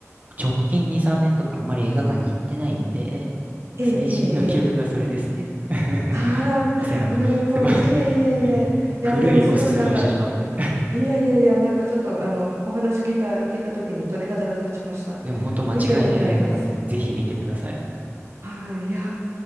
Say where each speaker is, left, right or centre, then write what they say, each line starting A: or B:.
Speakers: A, on the right; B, on the right.
A: 直近2、3年とかあんまり映画館に行ってないんで、
B: ええええええ
A: 最新の記憶がそれですね。<laughs>
B: ああーなるほどいえいえいえいやでもすごいなんか
A: すいません、あの、すごい <laughs> 古いおすすめをしてしまって。
B: いやいやいや、なんかちょっとあのお話聞いた、聞いた時に鳥肌が立ちました。
A: でも本当間違いない映画なんで、
B: 見てみたいです。
A: ぜひ見てください。
B: はい、いや